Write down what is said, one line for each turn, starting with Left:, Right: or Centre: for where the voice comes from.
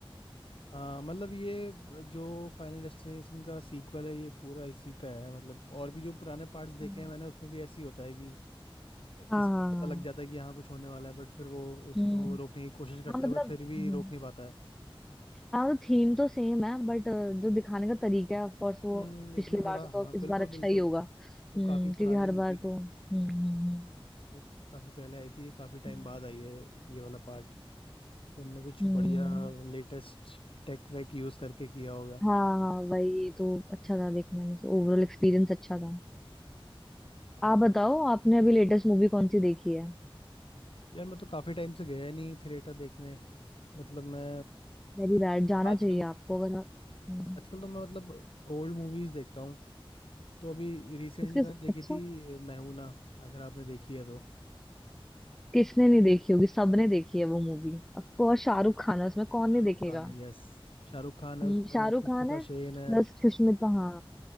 Left: हाँ मतलब ये ब- जो फाइनल डेस्टिनेशन का सीक्वल है ये पूरा इसी पे है मतलब और भी जो पुराने पार्ट्स देखे
Centre: है
Left: हैं मैंने उसमें भी ऐसे ही होता है कि किसी
Centre: हाँ
Left: को पता लग जाता है कि यहाँ कुछ होने वाला है बट फिर वो उसको
Centre: हम्म
Left: रोकने की कोशिश करता
Centre: हाँ मतलब
Left: है बट फिर भी
Centre: हम्म,
Left: रोक नहीं पाता है
Centre: हाँ मतलब थीम तो सेम है बट जो दिखाने का तरीका है ऑफ कोर्स वो
Left: हम्म, इसमें
Centre: पिछली
Left: थोड़ा
Centre: बार से
Left: हाँ
Centre: तो इस
Left: बिल्कुल
Centre: बार अच्छा
Left: बिल्कुल
Centre: ही होगा हम्म
Left: वो काफ़ी
Centre: क्योंकि
Left: पुरानी
Centre: हर
Left: मूवी
Centre: बार
Left: थी
Centre: तो हम्म हम्म हम्म
Left: वो काफ़ी पहले आई थी काफ़ी टाइम
Centre: हम्म।
Left: बाद आई है ये वाला पार्ट तो उनने कुछ
Centre: हम्म,
Left: बढ़िया लेटेस्ट टेक वेक यूज़ करके किया होगा
Centre: हाँ हाँ वही तो अच्छा था देखने में ओवरऑल एक्सपीरियंस अच्छा था आप
Left: ओ,
Centre: बताओ आपने अभी लेटेस्ट मूवी कौन सी देखी है
Left: यार मैं तो काफ़ी टाइम से गया ही नहीं थिएटर देखने मतलब मैं
Centre: वेरी बैड जाना
Left: आजकल
Centre: चाहिए आपको अगर आप हम्म,
Left: आजकल तो मैं मतलब ओल्ड मूवीज देखता हूँ तो अभी रिसेंटली
Centre: उसके
Left: मैंने देखी
Centre: अच्छा
Left: थी मैहूना अगर आपने देखी है तो
Centre: किसने नहीं देखी होगी सबने देखी है वो movie Of course Shahrukh Khan है उसमें कौन
Left: शाहरुख
Centre: नहीं देखेगा
Left: खान है यस शाहरुख खान है
Centre: हम्म,
Left: उसमें
Centre: शाहरुख
Left: सुष्मिता
Centre: खान है
Left: सेन है
Centre: प्लस सुष्मिता हाँ